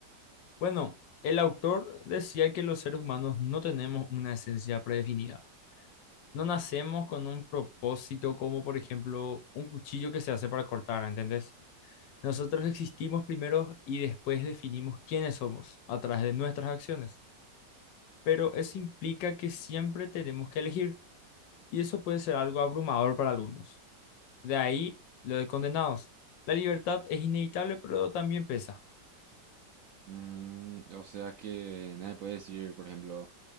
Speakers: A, on the left (about 85°); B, on the right (about 70°).
A: Bueno, el autor decía que los seres humanos no tenemos una esencia predefinida. No nacemos con un propósito como, por ejemplo, un cuchillo que se hace para cortar, ¿entendés? Nosotros existimos primero y después definimos quiénes somos a través de nuestras acciones. Pero eso implica que siempre tenemos que elegir y eso puede ser algo abrumador para algunos. De ahí lo de condenados. La libertad es inevitable, pero también pesa.
B: Mm, o sea que nadie puede decir, por ejemplo,